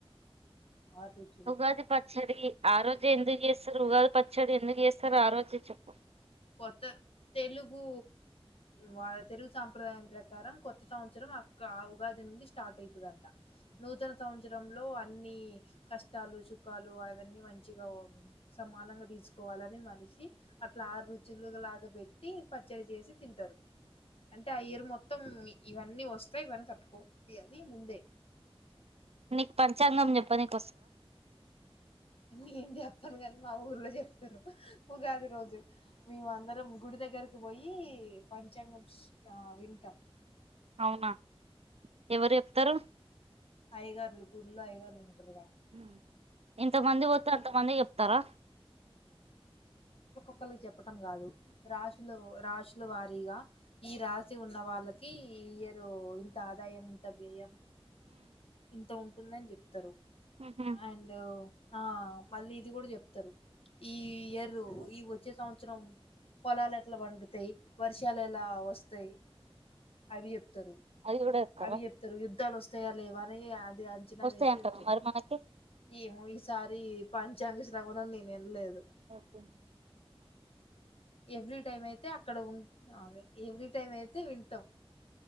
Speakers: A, on the left; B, on the right.
A: ఆరు రుచులు
B: ఉగాది పచ్చడి ఆరోోజు ఎందుకు చేస్తారు ఉగాది పచ్చడి ఎందుకు చేస్తారో ఆ రోజు చెప్ప
A: కొత్త తెలుగు వా తెలుగు సాంప్రదాయం ప్రకారం కొత్త సంవత్సరం అక్క ఉగాది స్టార్ట్ అవుతదంట నూతన సంవత్సర లో అన్ని కష్టాలు సుఖాలు అవన్నీ మంచిగా సమానంగా తీసుకోవాలని మనిషి అట్లా ఆరు రుచులు లాగా పెట్టి పచ్చడి చేసి తింటారు. అంటే ఆ ఇయరు మొత్తం ఇవన్నీ వస్తయి ఇవన్నీ తట్టుకో అని ముందే
B: నీకు పంచాంగం చెప్ప నీకు
A: అన్ని చెప్పు మా ఊర్లో చెప్తరు ఉగాది రోజు మేము అందరం గుడి దగ్గరకు పోయి పంచాంగం ష్ వింటాం.
B: అవునా ఎవరు చెప్తారు
A: అయ్యగారులు గుళ్లో అయ్యగారులుంటరు కద
B: ఊ ఎంతమంది పోతే అంతమంది చెప్తారా
A: క్కలికి చెప్పటం కాదు రాసులు రాసుల వారీగా ఈ రాశి ఉన్న వాళ్ళకి ఇ ఇయరు ఇంత ఆదాయం ఇంత వ్యయం అంత ఉంటుందని చెప్తరు
B: ఉహు
A: అండ్ ఆ మళ్ళీ ఇది కూడ చెప్తరు ఈ ఇయరు ఈ వచ్చే సంవత్సరం పొలాలు ఎట్లా పండుతయ్ వర్షాలు ఎలా వస్తయ్ అవి చెప్తరు
B: అది కూడా చెప్తారా
A: అవి చెప్తరు యుద్ధాలు వస్తయా లేవా అని అది అంచనా
B: వస్తాయంటారా
A: వేసి చెపుతరు
B: మరి మనకి
A: ఏమో ఈసారి పంచాంగ శ్రవణం నేను ఇంలేదు
B: ఓకే
A: ఎవ్రీ టైం అయితే అక్కడ ఉం అదే ఎవ్రీ టైం అయితే వింటాం.